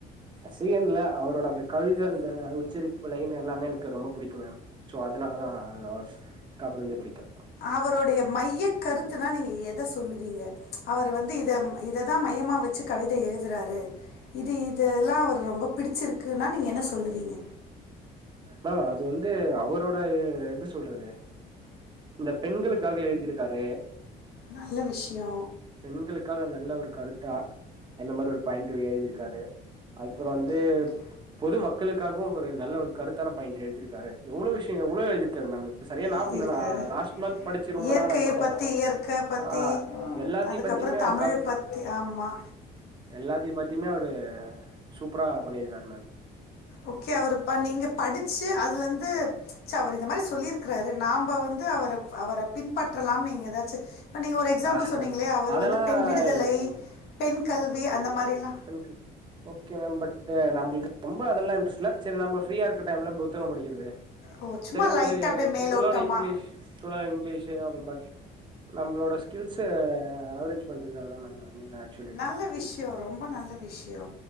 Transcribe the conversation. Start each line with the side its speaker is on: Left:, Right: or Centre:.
Right: ரசிகன் இல்ல அவரோட அந்த கவித அந்த உச்சரிப்பு லைன் எல்லாமே எனக்கு ரொம்ப புடிக்கும் மேம் ஸோ அதனால தா அவர்ஸ் அப்பலேருந்தே புடிக்கு
Left: அவரோடைய மைய கருத்துனா நீங்க எத சொல்லுவீங்க அவர் வந்து இத இததா மையமா வச்சு கவிதை எழுதுறாரு இது இதெல்லா அவரு ரொம்ப புடிச்சிருக்குன்னா நீங்க என்ன சொல்லுவீங்க
Right: மேம் அது வந்து அவரோட எ எப்டி சொல்றது இந்த பெண்களுக்காக எழுதிருக்காரு
Left: நல்ல விஷ்யோ
Right: பெண்களுக்காக நல்ல ஒரு கருத்தா அந்த மாறி ஒரு பாயிண்ட்டு எழுதியிருக்காரு அப்பறோ
Left: ஓகே,
Right: வந்து
Left: ஓகே.
Right: பொது மக்களுக்காகவு ஒரு நல்ல ஒரு கருத்தான பாயிண்ட் எழுத்திருக்காரு எவ்ளோ விஷ்யோ எவ்ளோ எழுதிருக்காரு மேம் இப்ப சரியா
Left: எழுதியிருக்காரு.
Right: ஞாபகம் இல்ல நா லாஸ்ட் மந்த் படிச்சு ரொம்ப
Left: இயற்கைய
Right: நாள் ஆயிடுச்சு
Left: பத்தி இயற்கை பத்தி,
Right: ஆ
Left: ஆ.
Right: எல்லாத்தையு
Left: அதுக்கப்புறம்
Right: பத்தியுமே
Left: தமிழ்
Right: ஒரு கவி
Left: பத்தி ஆமா.
Right: எல்லாத்தை பத்தியுமே அவரு சூப்பரா பண்ணிருக்காரு மேம்
Left: ஓகே அவரு பா நீங்க படிச்சு அதுல இருந்து ச்ச அவரு இந்த மாதிரி சொல்லிருக்கிறாரு நாம்ப வந்து அவரு அவர பின்பற்றலாம்னு நீங்க எதாச்சு இப்ப நீங்க ஒரு எக்ஸாம்பிள்
Right: ஆ
Left: சொன்னீங்களே அவரு
Right: அதெல்லா
Left: வந்து பெண் விடுதலை
Right: இல்ல மேம்
Left: பெண் கல்வி அந்த மாறிலா
Right: பெண்கள்க் ஓகே மேம் பட் நம்பள்க்கு ரொம்ப அதெல்லா இன்ட்ரெஸ்ட் இல்ல சேரி நம்ம ஃப்ரீய இருக்குற டைம்ல புத்தக படிக்கிறது
Left: ஓ சும்மா
Right: சேரி
Left: லைட்டாக
Right: ஒரு <unintelligible>
Left: அப்படியே மேலோட்டமாக
Right: இங்லீஷ் <unintelligible> இங்கிலீஷு பட் நம்மளோட ஸ்கில்ஸ்ஸ அவரேஜ் பண்றதுக்காக தான மேம் மெய்னா ஆக்சுவலி
Left: நல்ல விஷ்யோ ரொம்ப நல்ல விஷ்யோ